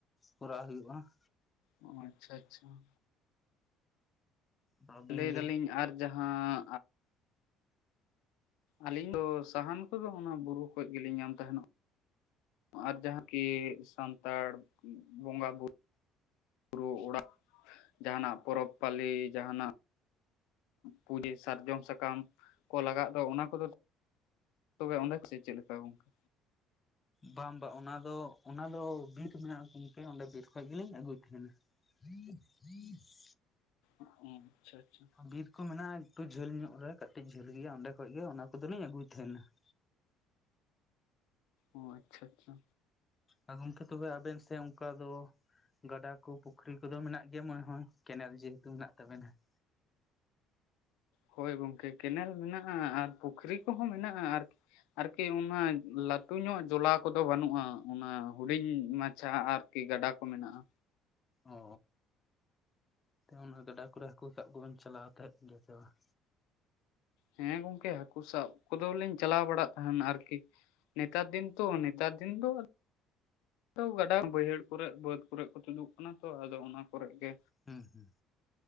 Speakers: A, on the left (about 25°); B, on the left (about 85°).
A: ᱠᱚᱨᱟᱣ ᱦᱩᱭᱩᱜᱼᱟ ᱾
B: ᱚ, ᱟᱪᱪᱷᱟ ᱟᱪᱪᱷᱟ ᱾
A: ᱟᱫᱚ ᱟᱹᱵᱤᱱ
B: ᱞᱟᱹᱭ
A: ᱜᱮ
B: ᱫᱟᱞᱤᱧ ᱟᱨ ᱡᱟᱦᱟᱸ ᱟᱹᱞᱤᱧ ᱫᱚ ᱥᱟᱦᱟᱱ ᱠᱚ ᱫᱚ ᱚᱱᱟ ᱵᱩᱨᱩ ᱠᱷᱚᱡ ᱜᱤᱞᱤᱧ ᱧᱟᱢ ᱛᱟᱦᱮᱱᱚᱜ ᱾ ᱟᱨ ᱡᱟᱦᱟᱸᱠᱤ ᱥᱟᱱᱛᱟᱲ ᱵᱚᱸᱜᱟ ᱵᱩ ᱵᱩᱨᱩ ᱚᱲᱟᱜ ᱡᱟᱦᱟᱸᱱᱟᱜ, ᱯᱚᱨᱚᱵᱽ ᱯᱟᱹᱞᱮ ᱡᱟᱦᱟᱸᱱᱟᱜ ᱯᱩᱡᱟᱹ ᱥᱟᱨᱡᱚᱢ ᱥᱟᱠᱟᱢ ᱠᱚ ᱞᱟᱜᱟᱜ ᱫᱚ, ᱚᱱᱟ ᱠᱚ ᱫᱚ ᱛᱚᱵᱮ ᱚᱱᱵᱮ ᱪᱮᱫ ᱞᱮᱠᱟ ᱜᱚᱢᱠᱮ?
A: ᱵᱟᱝ ᱵᱟᱝ ᱚᱱᱟ ᱫᱚ ᱚᱱᱟ ᱫᱚ ᱵᱤᱸᱴ ᱢᱮᱱᱟᱜᱼᱟ, ᱚᱸᱰᱮ ᱵᱤᱨ ᱠᱷᱚᱡ ᱜᱤᱞᱤᱧ ᱟᱹᱜᱩᱭ ᱛᱟᱦᱮᱱᱟ ᱾ <unintelligible>
B: ᱟᱪᱪᱷᱟ ᱟᱪᱪᱷᱟ,
A: ᱵᱤᱨ ᱠᱚ ᱢᱮᱱᱟᱜᱼᱟ ᱠᱟᱹᱡ ᱡᱷᱟᱹᱞ ᱧᱚᱜ ᱨᱮ ᱠᱟᱹᱴᱤᱡ ᱡᱷᱟᱹᱞ ᱜᱮᱭᱟ ᱚᱸᱰᱮ ᱠᱷᱚᱡ ᱜᱮ ᱚᱱᱟ ᱠᱚᱫᱚ ᱞᱤᱧ ᱟᱹᱜᱩᱭ ᱛᱟᱦᱮᱱᱟ ᱾
B: ᱚ ᱟᱪᱪᱷᱟ ᱟᱪᱪᱷᱟ,
A: ᱟᱨ ᱜᱚᱢᱠᱮ ᱛᱚᱵᱮ ᱟᱵᱮᱱ ᱥᱮᱫ ᱚᱝᱠᱟ ᱫᱚ, ᱜᱟᱰᱟ ᱠᱚ ᱯᱩᱠᱷᱨᱤ ᱠᱚ ᱫᱚ ᱢᱮᱱᱟᱜ ᱜᱮᱭᱟ ᱢᱚᱱᱮ ᱦᱚᱭ ᱦᱚᱸᱚᱭ ᱠᱮᱱᱮᱞ ᱡᱮᱦᱮᱛᱩ ᱢᱮᱱᱟᱜ ᱛᱟᱵᱮᱱᱟ ᱾
B: ᱦᱳᱭ ᱜᱚᱢᱠᱮ ᱠᱮᱱᱮᱞ ᱢᱮᱱᱟᱜᱼᱟ ᱟᱨ ᱯᱩᱠᱷᱨᱤ ᱠᱚ ᱦᱚᱸ ᱢᱮᱱᱟᱜᱼᱟ ᱟᱨᱠᱤ ᱟᱨᱠᱤ ᱚᱱᱟ ᱞᱟᱹᱴᱩ ᱧᱚᱜ ᱡᱚᱞᱟ ᱠᱚ ᱫᱚ ᱵᱟᱹᱱᱩᱜᱼᱟ ᱚᱱᱟ ᱦᱩᱰᱤᱧ ᱢᱟᱪᱷᱟ ᱟᱨ ᱠᱤ ᱜᱟᱰᱟ ᱠᱚ ᱢᱮᱱᱟᱜᱼᱟ,
A: ᱚ ᱚᱱᱟ ᱜᱟᱰᱟ ᱠᱚᱨᱮ ᱦᱟᱹᱠᱳ ᱥᱟᱵ ᱠᱚᱵᱮᱱ ᱪᱟᱞᱟᱣ ᱛᱟᱦᱮᱸᱫ ᱜᱮᱭᱟ ᱥᱮ ᱵᱟᱝ?
B: ᱦᱮᱸ, ᱜᱚᱢᱠᱮ ᱦᱟᱹᱠᱩ ᱥᱟᱵ ᱠᱚᱫᱚ ᱞᱤᱧ ᱪᱟᱞᱟ ᱵᱟᱲᱟ ᱛᱟᱦᱮᱱ ᱟᱨᱠᱤ ᱾ ᱱᱮᱛᱟᱨ ᱫᱤᱱ ᱛᱚ, ᱱᱮᱛᱟᱨ ᱫᱤᱱ ᱫᱚ ᱛᱚ ᱜᱟᱰᱟ ᱵᱟᱹᱭᱦᱟᱹᱲ ᱠᱚᱨᱮ ᱵᱟᱹᱫᱽ ᱠᱚᱨᱮ ᱠᱚ ᱛᱩᱫᱩᱜ ᱠᱟᱱᱟ ᱛᱚ ᱟᱫᱚ ᱚᱱᱟ ᱠᱚᱨᱮᱜ ᱜᱮ,
A: ᱦᱮᱸ ᱦᱩᱸ,